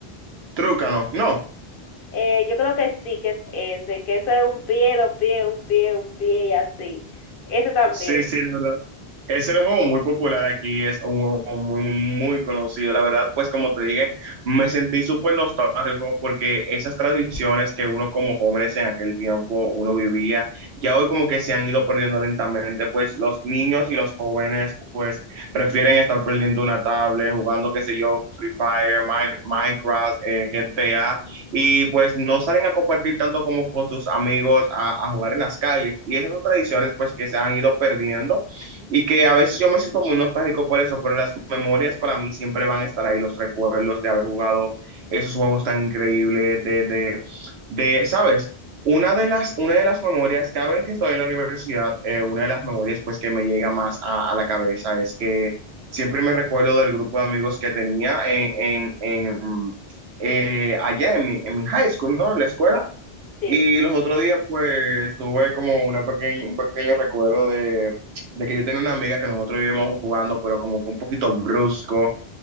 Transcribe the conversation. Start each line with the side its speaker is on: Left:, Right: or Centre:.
Right: trúcano, no.
Left: Eh, yo creo que sí, que es ese, que eso es un pie, dos pies, un pie, un pie y así. Ese también,
Right: Sí, sí, Ese era un juego muy popular aquí, es un juego muy, muy, muy conocido. La verdad, pues como te dije, me sentí súper nostálgico porque esas tradiciones que uno como jóvenes en aquel tiempo uno vivía, ya hoy como que se han ido perdiendo lentamente, pues los niños y los jóvenes pues prefieren estar perdiendo una tablet, jugando, qué sé yo, Free Fire, Mi- Minecraft, eh, GTA, y pues no salen a compartir tanto como con sus amigos a, a jugar en las calles. Y esas son tradiciones pues que se han ido perdiendo y que a veces yo me siento muy nostálgico por eso, pero las memorias para mí siempre van a estar ahí, los recuerdos de haber jugado esos juegos tan increíbles, de, de, de ¿sabes? Una de las, una de las memorias, cada vez que estoy en la universidad, eh, una de las memorias pues que me llega más a, a la cabeza es que siempre me recuerdo del grupo de amigos que tenía en, en, en, eh, allá en mi, en mi high school, ¿no? En la escuela.
Left: sí,
Right: Y
Left: sí.
Right: los otros días, pues, tuve como una pequeña, un pequeño recuerdo de, de que yo tenía una amiga que nosotros vivíamos jugando, pero como que un poquito brusco.